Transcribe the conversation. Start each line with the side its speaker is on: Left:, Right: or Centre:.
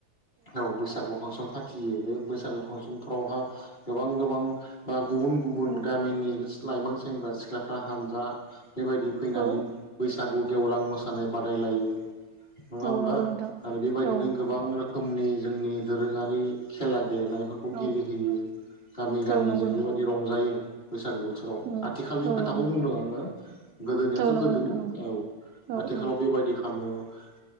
Left: औ बैसागु फांसन फाथ फियो बे बैसागो फांसनफ्रावहा गोबां गोबां बा गुबुन गुबुन
Right: औ
Left: गामिनि <unintelligible> लाइमोन सेंग्रा सिख्लाफ्रा हानजा बेबायदि फैनानै
Right: औ
Left: बैसाग औ गेवलां मोसानाय बादायलायो। नङा
Right: औ
Left: होमबा
Right: नंगौ नोंथां
Left: आरो बेबायदिनो
Right: औ
Left: गोबां रो नि जोंनि दोरोङारि खेला गेलेनायफोरखौ
Right: औ
Left: गेलेहोयो गामि गामिजों
Right: औ नंगौ नंगौ
Left: बेबायदि रंजायो। बैसागो बोथ थोराव
Right: उम
Left: आथिखालनि
Right: औ
Left: खोथाखौ
Right: नंगौ
Left: बुंदों आङो गोदोनियाथ'
Right: औ नंगौ
Left: गोदोनि
Right: नोंथां नंगौ
Left: औ
Right: औ
Left: आथिखालाव
Right: औ
Left: बेबायदि खालामो। <inaudible>